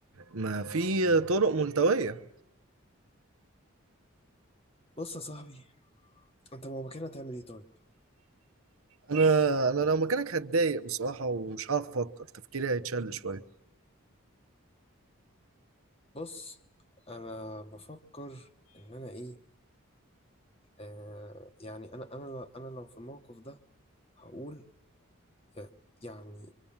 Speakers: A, on the right; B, on the left.
A: ما في طرق ملتوية
B: بص يا صاحبي انت ما مكانها هتعمل ايه طيب
A: أنا أنا لو مكانك هتضايق بصراحة ومش هعرف أفكر تفكيري هيتشل شوية
B: بص انا بفكر ان انا ايه آه يعني انا انا لو انا لو في الموقف ده هقول يا- يعني